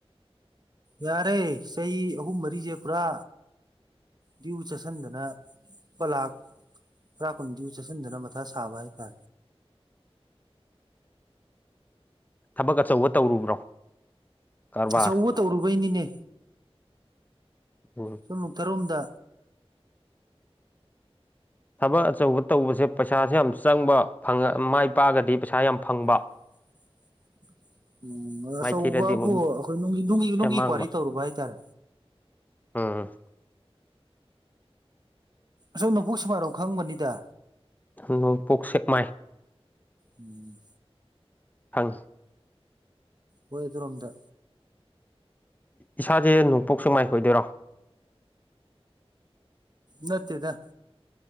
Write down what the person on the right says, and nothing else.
ꯌꯥꯔꯦ ꯆꯍꯤ ꯑꯍꯨꯝ ꯃꯔꯤꯁꯦ ꯄꯨꯔꯥ ꯗ꯭ꯌꯨ ꯆꯥꯁꯤꯟꯗꯅ ꯄꯂꯥꯛ ꯔꯀꯅ ꯎꯆꯥ ꯁꯟꯖꯅꯥ ꯃꯊꯥꯁ ꯁꯥꯕ ꯍꯥꯏ ꯀ
ꯑꯆꯧꯕ ꯇꯧꯔꯨꯕꯩꯅꯤꯅꯦ
ꯁꯨꯝꯂꯨꯊꯔꯣꯝꯗ
<inaudible> ꯎꯝ ꯑꯆꯧꯕꯕꯨ
ꯑꯩꯈꯣꯏ ꯅꯨꯡꯒꯤ ꯅꯨꯡꯒꯤ ꯅꯨꯡꯒꯤ
ꯀ꯭ꯋꯥꯔꯤ ꯇꯧꯔꯨꯕ ꯍꯥꯏꯇꯥꯔꯦ
ꯑꯁꯣꯅꯕꯨꯣꯛ ꯁꯨꯃꯥꯏꯔꯣ ꯈꯪꯕꯅꯤꯗ
ꯎꯝ
ꯍꯣꯏ ꯑꯗꯨꯔꯣꯝꯗ
ꯅꯠꯇꯦꯗ